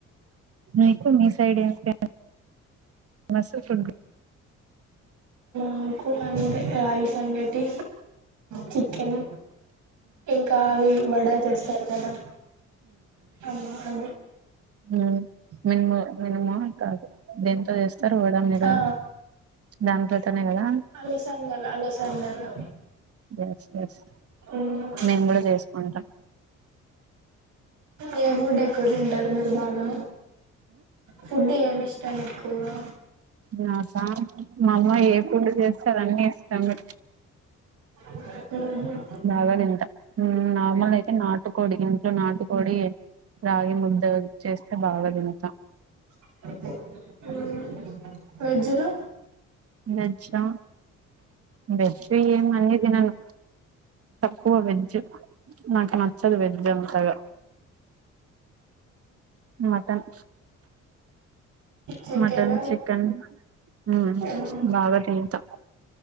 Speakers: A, on the right; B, on the right.
A: మీకు మీ సైడి ఏం ఫామ్ మసు ఫుడ్
B: మాకు అంతే రాగి సంగటి చికెన్ ఇంకా అవి వడా చేస్తారు కదా అ
A: మ్ మినిమో మెనూమ్ కాదు దేంతో చేస్తారు వడ మీరు
B: ఆ
A: దానపథనగాస
B: అలసందలు అలసందలు
A: ఎస్ ఎస్
B: మ్మ్
A: మేము కూడా చేసుకుంటాం
B: ఏ ఫుడ్ ఎక్కువ తింటారు మీరు బాగా ఫుడ్ ఏమి ఇష్టం ఏకువగా
A: నాకా మా అమ్మ ఏ ఫుడ్ చేస్తే అదన్నీ ఇష్టమే
B: ఉ
A: బాగా తింటా నార్మల్ అయితే నాటు కొడి ఇంట్లో నాటి కొడి రాగి ముద్ద చేస్తే బాగా తింటా
B: <unintelligible> వెజ్ లో
A: వెజ్ ఆ వెజ్ ఏమి అన్నీ తిన్నాను తక్కువ వెజ్జ్ నాకు నచ్చదు వెజ్ అంతగా మటన్
B: చికెన్
A: మటన్ చికెన్ మ్
B: మటన్
A: బాగా తింటాం